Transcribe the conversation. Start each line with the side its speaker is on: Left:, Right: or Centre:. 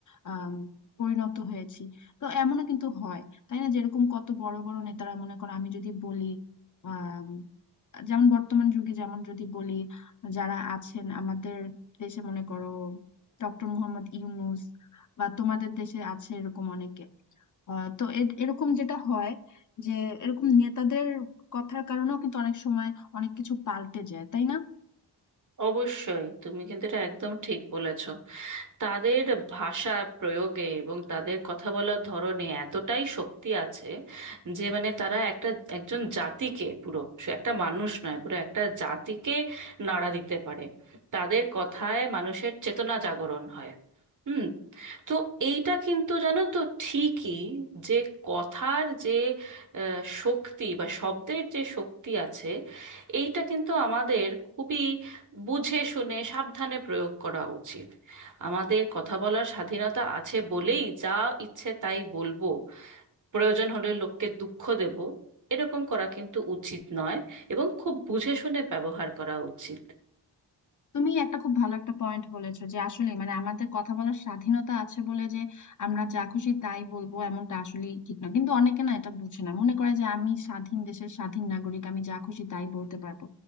Left: আহ পরিণত হয়েছি তো এমনও কিন্তু হয় তাই না যেরকম কত বড় বড় নেতারা মনে করো আমি যদি বলি আহ যেমন বর্তমান যুগে যেমন যদি বলি যারা আছেন আমাদের দেশে মনে করো ডক্টর মোহাম্মদ ইউনূস বা তোমাদের দেশে আছে এরকম অনেকে আহ, তো এ- এরকম যেটা হয় যে এরকম নেতাদের কথার কারণেও কিন্তু অনেক সময় অনেক কিছু পাল্টে যায় তাই না
Right: অবশ্যই তুমি কিন্তু এটা একদম ঠিক বলেছ তাদের ভাষা প্রয়োগে এবং তাদের কথা বলার ধরনে এতটাই শক্তি আছে যে মানে তারা একটা একজন জাতিকে পুরো সে একটা মানুষ নয় পুরো একটা জাতিকে নাড়া দিতে পারে তাদের কথায় মানুষের চেতনা জাগরণ হয় হুম তো এইটা কিন্তু জানো তো ঠিকই যে কথার যে আহ, শক্তি বা শব্দের যে শক্তি আছে এইটা কিন্তু আমাদের খুবই বুঝে শুনে সাবধানে প্রয়োগ করা উচিত আমাদের কথা বলার স্বাধীনতা আছে বলেই যা ইচ্ছে তাই বলবো প্রয়োজন হলে লোককে দুঃখ দেব এরকম করা কিন্তু উচিত নয় এবং খুব বুঝে শুনে ব্যবহার করা উচিত
Left: তুমি একটা খুব ভালো একটা পয়েন্ট বলেছো যে আসলে মানে আমাদের কথা বলার স্বাধীনতা আছে বলে যে আমরা যা খুশি তাই বলবো এমনটা আসলে ঠিক না কিন্তু অনেকে না এটা বুঝে না মনে করে যে আমি স্বাধীন দেশের স্বাধীন নাগরিক আমি যা খুশি তাই বলতে পারবো